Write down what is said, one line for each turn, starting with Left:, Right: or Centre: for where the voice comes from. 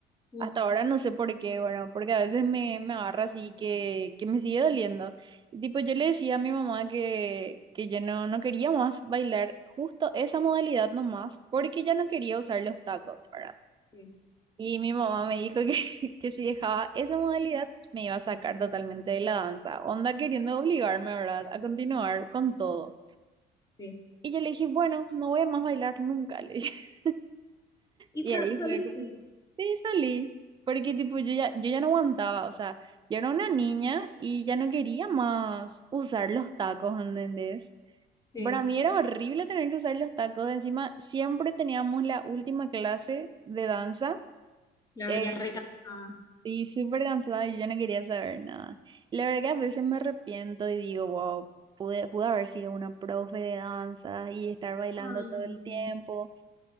Left: sí.
Right: Hasta ahora no sé por qué, bueno, porque a veces me, me agarra así que, que me sigue doliendo. Y tipo, yo le decía a mi mamá que, que yo no, no quería más bailar justo esa modalidad nomás, porque ya no quería usar los tacos, ¿verdad?
Left: Sí,
Right: Y mi mamá me dijo que, <laughs> que si dejaba esa modalidad, me iba a sacar totalmente de la danza. Onda queriendo obligarme, ¿verdad?, a continuar con todo.
Left: sí.
Right: Y yo le dije, bueno, no voy a más bailar nunca, le dije. <laughs>
Left: ¿Y
Right: Y
Left: sa-
Right: ahí fue.
Left: saliste?
Right: Sí, salí, porque tipo yo ya, yo ya no aguantaba, o sea, yo era una niña y ya no quería más usar los tacos, ¿entendés?
Left: Sí,
Right: Para mí era horrible tener que usar los tacos, encima siempre teníamos la última clase de danza
Left: claro,
Right: eh,
Left: ya recansada.
Right: y súper cansada y yo ya no quería saber nada. La verdad que a veces me arrepiento y digo, wow, pude, pude haber sido una profe de danza y estar bailando
Left: Ah,
Right: todo el tiempo